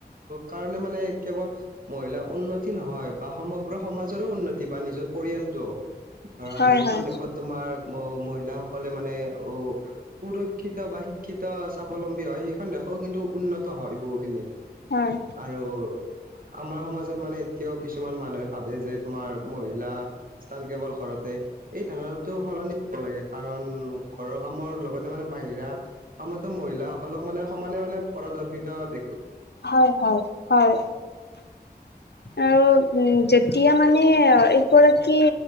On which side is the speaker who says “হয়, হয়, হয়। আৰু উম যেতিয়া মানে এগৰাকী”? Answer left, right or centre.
Left